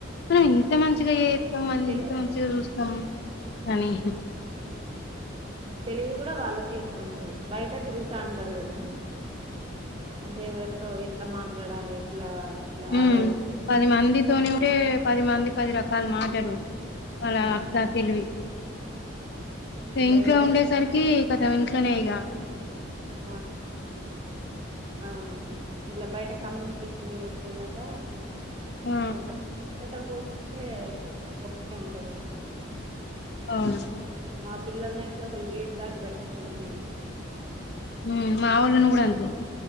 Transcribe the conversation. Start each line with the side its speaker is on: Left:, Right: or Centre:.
Left: మనం ఇంత మంచిగా మంది
Right: తెలివి
Left: ఇంత మంచిగా చూస్తాం కానీ
Right: తెలివి కూడా వాళ్ళకే ఎక్కువంటది బయట తిరుగుతా ఉంటారు కదా అంతేవరితో ఎట్లా మాట్లాడాలే ఎట్లా ఇట్లా
Left: ఉ
Right: ఆదరాగ
Left: పది మందితోనే ఉంటే పది మంది పది రకాల మాటలు అలా
Right: ఆ
Left: అర్లా తెలివి
Right: ఇట్లా
Left: ఇంట్లో
Right: ఎవరి
Left: ఉండేసరికి కత ఇంకా తోనే ఇగా
Right: ఆ ఆ ఇట్లా బయట కమ్యూనికషన్ నేను ఎక్కు ఉడాక
Left: ఆ
Right: కొంచెం అందరితో పోల్సుకుంటే ఉంటారు
Left: అవును
Right: మా పిల్లలు అయితే అసలు గేటు దాటి బయటికి వెళ్ళనీయం
Left: మా మా వాళ్ళను కూడా అంతే